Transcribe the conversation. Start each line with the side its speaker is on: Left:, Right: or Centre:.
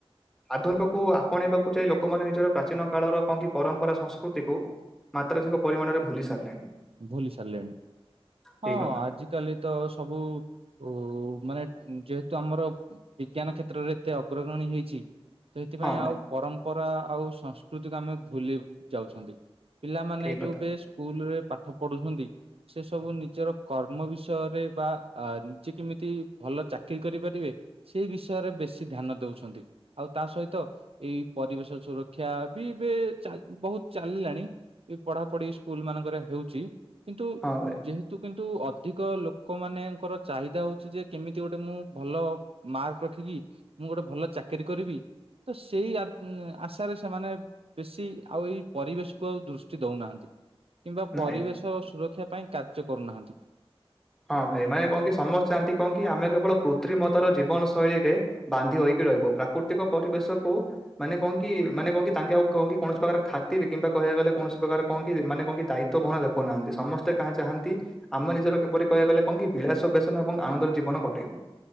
Centre: ଆଧୁନିକ କୁ ଆପଣେଇବାକୁ ଯାଇ ଲୋକମାନେ ନିଜର ପ୍ରାଚୀନ କାଳର କଣକି ପରମ୍ପରା ସଂସ୍କୃତିକୁ ମାତ୍ରାଧିକ ପରିମାଣରେ ଭୁଲି ସାରିଲେଣି।
Right: ଭୁଲି ସାରିଲେଣି
Centre: ଠିକ
Right: ହଁ
Centre: କଥା ଭାଇ
Right: ଆଜି କାଲି ତ ସବୁ ଉ ମାନେ ଯେହେତୁ ଆମର ବିଜ୍ଞାନ କ୍ଷେତ୍ରରେ ଏତେ ଅଗ୍ରଗଣୀ ହେଇଛି। ସେଥିପାଇଁ
Centre: ହଁ ଭାଇ
Right: ଆଉ ପରମ୍ପରା ଆଉ ସଂସ୍କୃତିକୁ ଆମେ ଭୁଲି ଯାଉଛନ୍ତି। ପିଲାମାନେ
Centre: ଠିକ
Right: ଏ ଯୋଉ
Centre: କଥା
Right: ବି ସ୍କୁଲରେ ପାଠ ପଢୁଛନ୍ତି ସେ ସବୁ ନିଜର କର୍ମ ବିଷୟରେ ବା ଆ ନିଜେ କେମିତି ଭଲ ଚାକିରୀ କରିପାରିବେ ସେଇ ବିଷୟରେ ବେଶୀ ଧ୍ୟାନ ଦେଉଛନ୍ତି। ଆଉ ତା ସହିତ ଏଇ ପରିବେଶ ସୁରକ୍ଷା ବି ଏବେ ଚା ବୋହୁତ ଚାଲିଲାଣି। ଏ ପଢାପଢି ଏ ସ୍କୁଲମାନଙ୍କରେ ହେଉଚି କିନ୍ତୁ
Centre: ହଁ ଭାଇ
Right: ଯେହେ ତୁ କିନ୍ତୁ ଅଧିକ ଲୋକମାନଙ୍କର ଚାହିଦା ହୋଉଛି ଯେ କେମିତି ଗୋଟେ ମୁଁ ଭଲ ମାର୍କ ରଖିକି ମୁଁ ଗୋଟେ ଭଲ ଚାକିରୀ କରିବି। ତ ସେଇ ଆ ନ୍ ଆଶାରେ ସେମାନେ ବେଶୀ ଆଉ ଏଇ ପରିବେଶକୁ ଆଉ ଦୃଷ୍ଟି ଦୋଉନାହାନ୍ତି କିମ୍ବା
Centre: ନାଇଁ ଭାଇ
Right: ତ ସୁରକ୍ଷା ପାଇଁ କାର୍ଯ୍ୟ କରୁନାହାନ୍ତି।
Centre: ହଁ ଭାଇ ମାନେ କଣ କି ସମସ୍ତେ ଚାହାନ୍ତି କଣ କି ଆମେ କେବଳ କୃତ୍ରିମତାର ଜୀବନ ଶୈଳୀରେ ବାନ୍ଧି ହୋଇକି ରହିବୁ ପ୍ରାକୃତିକ ପରିବେଶକୁ ମାନେ କଣ କି ମାନେ କଣ କି ତାଙ୍କେ ଆଉ କଣ କି କୌଣସି ପ୍ରକାର ଖାତିରି କିମ୍ବା କହିବାକୁ ଗଲେ କୌଣସି ପ୍ରକାର କଣ କି ମାନେ କଣକି ଦାୟି ତ୍ୱ ବହେଁ ଦେଖୁନାହାନ୍ତି ସମସ୍ତେ କାହାଁ ଚାହାନ୍ତି ଆମେ ନିଜର କିପରି କହିବାକୁ ଗଲେ କଣ କି ବିଳାସ ବେସନ ଏବଂ ଆନନ୍ଦର ଜୀବନ କଟେଇବୁ।